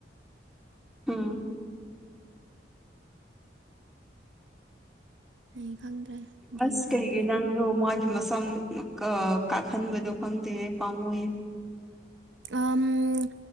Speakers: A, in the centre; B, on the right (about 85°).
A: ꯎꯝ
B: ꯑꯩ ꯈꯪꯗ꯭ꯔꯦ
A: ꯑꯁ
B: ꯒ꯭ꯌꯥꯟ
A: ꯀꯩꯒꯤ
B: ꯇꯥꯗ꯭ꯔꯦ
A: ꯅꯪ ꯑꯗꯣ ꯃꯥꯒꯤ ꯃꯁꯝ ꯀꯥꯍꯟꯕꯗꯣ ꯈꯪꯗꯦ ꯄꯥꯝꯃꯨꯌꯦ
B: ꯑ